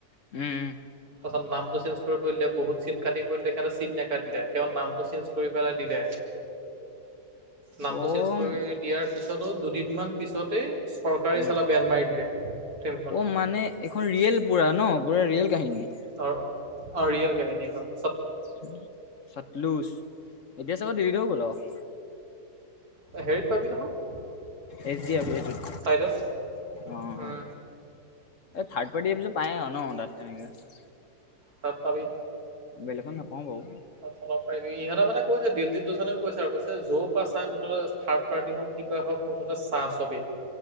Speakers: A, on the left (about 55°); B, on the right (about 65°).
A: উম', - উম',
B: তাৰ পিছত নামটো চেঞ্জ কৰিব দিলে বহুত চিন কাটিব দিলে তেখেতে চিন নাকাটিলে', তেওঁৰ নামটো চেঞ্জ কৰি পেলাই দিলে,
A: অ'
B: নামটো চেঞ্জ কৰি দিয়াত', পিছতো দুদিনমান পিছতেই চৰকাৰে
A: উম,
B: চালা বেন মাৰি দিলে, ফ্লিমখন',
A: অ', মানে এইখন ৰিয়েল পোৰা ন, পোৰা ৰিয়েল কাহিনী',
B: অ', - অ', ৰিয়েল কাহিনী এখন',
A: উম', -উম', চাতলুজ, এতিয়া চাবা দেৰিকৈ ল'ব',
B: তই হেৰিত পাবি নহয়,
A: এইচ ডি এফ এইটোত
B: চাইডছ, উম',
A: অ', অ', এই থাৰ্ড পাৰ্টিয়ে এবোৰ যে পাই আৰু ন তাত তেনেকে',
B: তাত পাবি',
A: বেলেগত নাপাওঁ বাৰু',
B: তাত চলাব পাৰিবি, ইহঁতৰ মানে কৈছে দিলজিৎ দোসাঞ্জেও কৈছে আৰু কৈছে 'জো পাছ আয়ে' মুঠতে থাৰ্ড পাৰ্টি হওঁক ', কিবা হওঁক, মুঠতে চাহ চবেই',